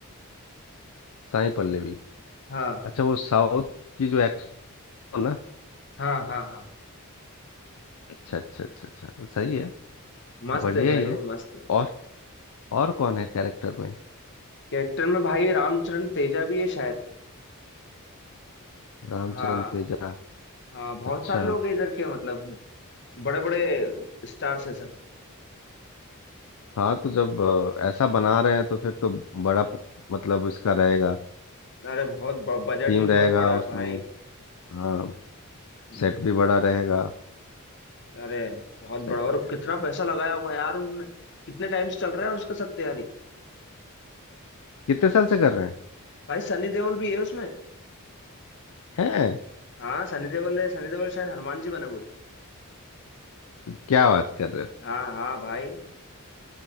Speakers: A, on the left; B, on the left.
A: साई पल्लवी
B: हाँ
A: अच्छा वो साउथ की जो एक्टर ना
B: हाँ हाँ हाँ
A: अच्छा अच्छा अच्छा अच्छा सही है
B: मस्त
A: बढ़िया
B: है भाई
A: ही है
B: वो मस्त है
A: और और कौन है कैरेक्टर में
B: कैरेक्टर में भाई रामचरण तेजा भी है शायद
A: रामचरण
B: हाँ
A: तेजा
B: हाँ बहुत
A: अच्छा
B: सारे लोग हैं इधर के मतलब बड़े बड़े स्टार्स है सब
A: हाँ तो जब अ, ऐसा बना रहे हैं तो फिर तो बड़ा प- मतलब इसका रहेगा
B: अरे बहुत बजट
A: थीम
B: भी
A: रहेगा
B: बहुत बड़ा
A: उसमें
B: है भाई
A: हाँ
B: हम्म,
A: सेट भी बड़ा रहेगा
B: अरे बहुत
A: सही
B: बड़ा और
A: है
B: कितना पैसा लगाया होगा यार उन्होंने कितने टाइम से चल रहा है उसका सत्यारी
A: कितने साल से कर रहे
B: भाई सनी देओल भी है उसमें
A: हैं हैं
B: हाँ सनी देओल है सनी देओल शायद हनुमान जी बने हुए हैं।
A: क्या बात कर रहे
B: हाँ हाँ भाई